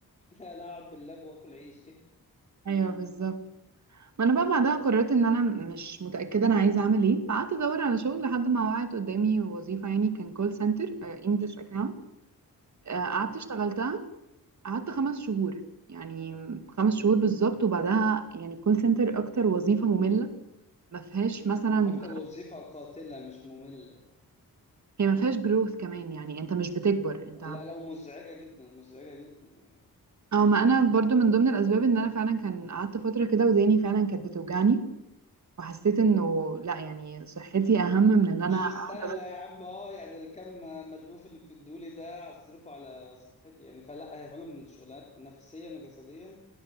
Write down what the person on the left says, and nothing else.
لا لا أقعد باللاب وآكل عيش
<laughs>
اكتر وظيفة قاتلة مش مملة
لا
لو مزعجة جدا مزعجة جدا يعني
مش
مستاهلة
يا عم اه يعني الكم ملهوف اللي بتدولي ده هصرفه على صفحتي يعني فلا هي فعلا شغلانات نفسيا وجسديا